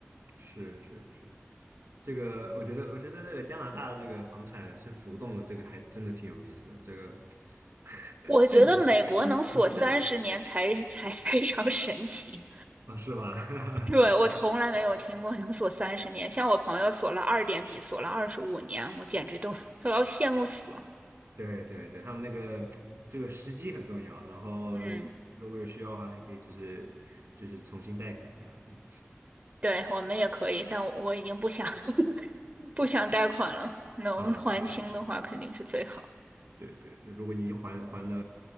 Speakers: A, on the right; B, on the right.
A: 是是是。这个我觉得，我觉得这个加拿大的这个房产是浮动的，这个还真的挺有意思的。这个 <laughs>
B: 我觉得美国能锁三十年才才非常神奇。
A: 是每，是我记得啊，是吧？
B: 对，我从来没有听过能锁三十年，
A: <laughs>
B: 像我朋友锁了二点几，锁了二十五年，我简直都都要羡慕死了。
A: 对对对，他们那个这个时机很重要，然后
B: 嗯，
A: 如果有需要的话，还可以就是就是重新贷款这样。嗯
B: 对，我们也可以，但我已经不想 <laughs> 不想贷款了，能还清的话肯定是最好。
A: 啊，是，对对对，如果你还还了